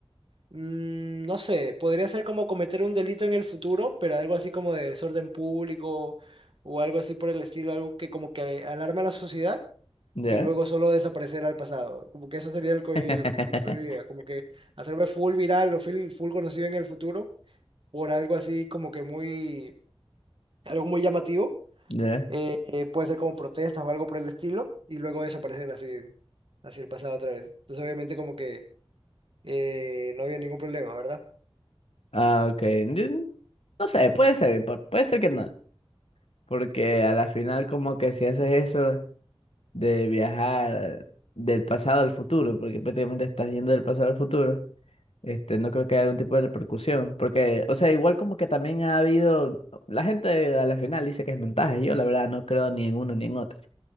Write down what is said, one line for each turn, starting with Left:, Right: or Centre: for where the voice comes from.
Right: Mm, no sé, podría ser como cometer un delito en el futuro, pero algo así como de desorden público o algo así por el estilo, algo que como que alarma a la sociedad
Left: ¿Ya?
Right: y luego solo desaparecer al pasado. Como que eso sería el, co- la
Left: <laughs>
Right: idea, como que hacerme full viral o full, full conocido en el futuro por algo así como que muy, algo muy llamativo.
Left: ¿Ya?
Right: eh, eh, puede ser como protestas o algo por el estilo y luego desaparecer así, así el pasado otra vez. Entonces obviamente como que eh, no había ningún problema, ¿verdad?
Left: Ah, ok. Yo No sé, puede ser, pu- puede ser que no. Porque a la final como que si haces eso de viajar del pasado al futuro, porque prácticamente estás yendo del pasado al futuro, este, no creo que haya algún tipo de repercusión. Porque, o sea, igual como que también ha habido, la gente a la final dice que es mensaje, yo la verdad no creo ni en uno ni en otro.